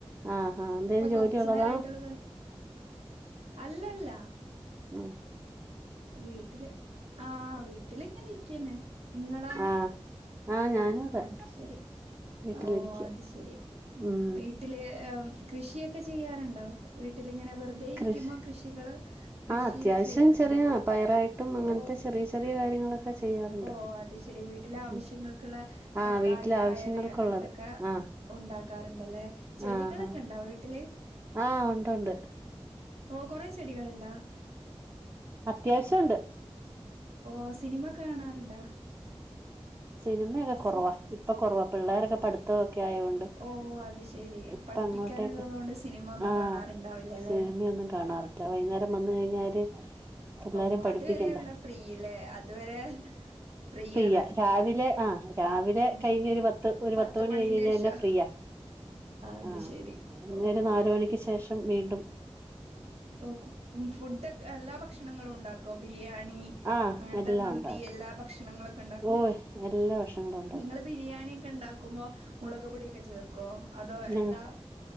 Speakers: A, on the right; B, on the right.
A: ആഹ് ആഹ് എന്തേലും
B: ഇപ്പൊ കൊറച്ചു
A: ജോലി ഉള്ളതാ
B: നേരായിട്ടുള്ളൂ അല്ലല്ല
A: ആ
B: വീട്ടില് ആഹ് വീട്ടില് ഇങ്ങനെ ഇരിക്കാണ്. നിങ്ങളോ?
A: ആഹ് ആഹ് ഞാനും അതെ
B: അത് ശരി
A: വീട്ടിലിരിക്ക
B: ഓ അത് ശെരി
A: ഉം
B: വീട്ടില് കൃഷിയൊക്കെ ചെയ്യാറുണ്ടോ? വീട്ടിലിങ്ങനെ വെറുതെ ഇരിക്കുമ്പോ
A: കൃഷി
B: കൃഷികള് കൃഷി
A: ആഹ് അത്യാവശ്യം
B: ചെയ്യാറുണ്ടോ?
A: ചെറിയ പയറായിട്ടും അങ്ങനത്തെ
B: ഓ
A: ചെറിയ ചെറിയ കാര്യങ്ങളൊക്കെ ചെയ്യാറുണ്ട്
B: ഓ അത് ശെരി വീട്ടിലെ ആവശ്യങ്ങൾക്കുള്ള
A: ഉം ആഹ്
B: തക്കാളി
A: വീട്ടിലെ ആവശ്യങ്ങൾക്കുള്ളത്
B: പയറ് അങ്ങനത്തൊക്കെ
A: ആഹ്
B: ഒണ്ടാക്കാറുണ്ടല്ലേ ചെടികളൊക്കെ
A: ആഹ് ആഹ്
B: ഉണ്ടോ വീട്ടില്?
A: ആഹ് ഉണ്ട് ഉണ്ട്
B: ഓ കൊറെ ചെടികളുണ്ടാ?
A: അത്യാവശ്യം ഉണ്ട്
B: ഓ സിനിമ കാണാറുണ്ടാ?
A: സിനിമയൊക്കെ കുറവാ
B: സി
A: ഇപ്പൊ കുറവാ പിള്ളേരൊക്കെ പഠിത്തം ഒക്കെ ആയോണ്ട്
B: ഓഹ് അത് ശെരി
A: ഇപ്പങ്ങോട്ടേക്ക്
B: പഠിപ്പിക്കാനുള്ളത് കൊണ്ട് സിനിമ ഒന്നും
A: ആഹ്
B: കാണാറുണ്ടാവില്ലല്ലേ?
A: സിനിമയൊന്നും കാണാറ് ല്ലാ വൈകുന്നേരം വന്ന് കഴിഞ്ഞാല് എല്ലാരും
B: ഓ
A: പഠിപ്പിക്കണ്ട
B: അതുവരെയുള്ള ഫ്രീല്ലേ അതുവരെ ഫ്രീയാണ്
A: യാ രാവിലെ ആ രാവിലെ കഴിഞ്ഞ്
B: ശെരി
A: ഒരു പത്ത് ഒരു പത്ത് മണി
B: മണീന്റെ
A: കഴിഞ്ഞ് കഴിഞ്ഞാന്നെ
B: ശേഷോ?
A: ഫ്രീയാ
B: അത്
A: ആഹ്
B: ശെരി
A: ഇനി
B: ഓഹ്
A: ഒരു നാല് മണിക്ക് ശേഷം വീണ്ടും
B: ഓ കു ഫുഡോക്കെ എല്ലാ ഭക്ഷണങ്ങളും ഉണ്ടാക്കോ? ബിരിയാണി
A: ആഹ്
B: അങ്ങനത്തെ
A: എല്ലാം
B: മന്തി
A: ഉണ്ടാക്കും
B: എല്ലാ ഭക്ഷണങ്ങളൊക്കെ ഉണ്ടാക്കും
A: ഓയ് എല്ലാ ഭക്ഷണങ്ങളും ഉണ്ടാക്കും
B: നിങ്ങള് ബീ ബിരിയാണി ഒക്കെ ഇണ്ടാക്കുമ്പോ മുളക് പൊടിക്കെ ചേർക്കു ക്കോ അതോ
A: ഞങ്ങൾ
B: എല്ലാ